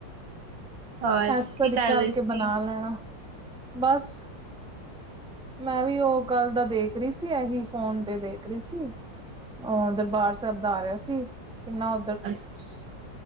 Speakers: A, on the right; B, in the centre.
A: ਹੋਰ
B: ਏਸ
A: ਕੀ
B: ਤਦੀ
A: ਕਰ
B: ਕਰਕੇ
A: ਰਹੇ ਸੀ
B: ਬਨਾ ਲੈਣਾ, ਬਸ ਮੈਂ ਵੀ ਉਹ ਕੱਲ ਦਾ ਦੇਖ ਰਹੀ ਸੀ ਏਹੀ ਫੋਨ ਤੇ ਦੇਖ ਰੀ ਸੀ। ਉਹ ਦਰਬਾਰ ਸੇਹਬ ਦਾ ਆ ਰਹਾ ਸੀ ਕਿਨਾ-
A: ਅਛ,